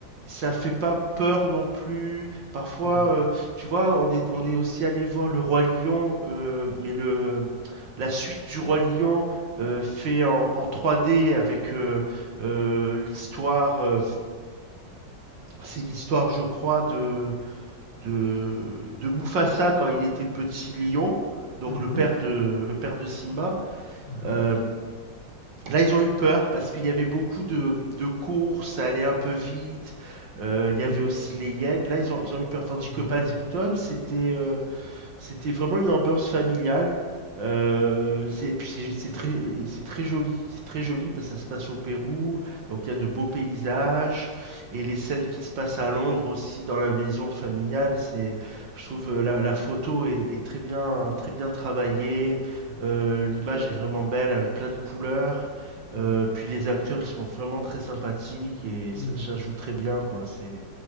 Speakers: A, on the right; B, on the left.
A: ça fait pas peur non plus. Parfois,
B: Mm.
A: euh, tu vois, on est, on est aussi allé voir le Roi Lion, euh, mais le la suite du Roi Lion euh, fait en, en 3D avec euh, euh, l'histoire. euh, c'est l'histoire, je crois, de de de Mufasa quand il était petit lion. Donc
B: Mhm.
A: le père de le père de Simba.
B: Ah.
A: Euh, Là, ils ont eu peur parce qu'il y avait beaucoup de, de courses, ça allait un peu vite. euh, il
B: Mm.
A: y avait aussi les Yens. Là, ils ont, ils ont eu peur. Tandis
B: Ah.
A: que Paddington, c'était euh, c'était vraiment une ambiance familiale. Euh, c'est puis c'est c'est très c'est très joli, c'est très joli parce que ça se passe au Pérou, donc il y a de beaux paysages et les scènes qui se passent à Londres aussi dans la maison familiale, c'est je trouve euh, la, la photo est, est très bien très bien travaillée,
B: Mm.
A: euh, l'image est vraiment belle avec plein de couleurs,
B: Mm.
A: euh, puis les acteurs ils sont vraiment très sympathiques et ça,
B: Mm.
A: ça joue très bien quoi, c'est